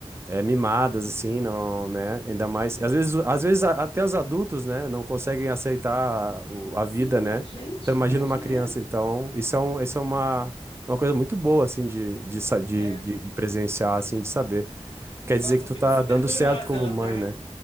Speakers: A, on the right (about 20°); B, on the left (about 55°).
A: é, mimadas, assim, não, né? Ainda mais. Às vezes, às vezes a- até os adultos, né, não conseguem aceitar o- a
B: Sim,
A: vida, né?
B: a gente,
A: Então, imagina
B: a
A: uma
B: gente,
A: criança.
B: é.
A: Então, isso é, um, isso é uma, é uma coisa muito boa, assim, de, de, sa- de,
B: é.
A: de, de presenciar, assim, de saber. Quer
B: Nossa,
A: dizer que tu
B: eu fico
A: tá
B: super
A: dando
B: orgulhosa.
A: certo como
B: Ela
A: mãe,
B: tá,
A: né?